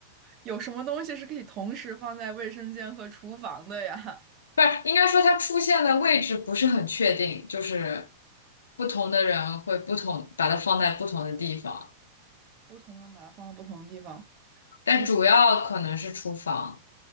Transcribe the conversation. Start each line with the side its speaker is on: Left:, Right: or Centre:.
Right: 有什么东西是可以同时放在卫生间和厨房的呀？
Left: 不是，应该说它出现的位置不是很确定，就是不同的人会不同，把它放在不同的地方。
Right: 不同的人把它放到不同的地方。
Left: 但主要可能是厨房。
Right: 嗯，